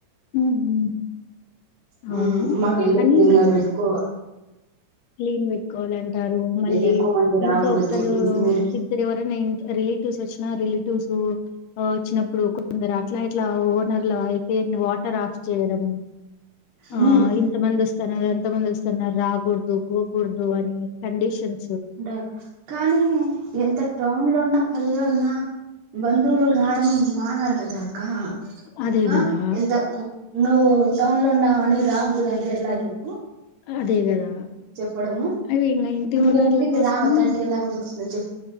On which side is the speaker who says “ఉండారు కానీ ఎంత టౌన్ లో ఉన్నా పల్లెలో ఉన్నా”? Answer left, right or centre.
Right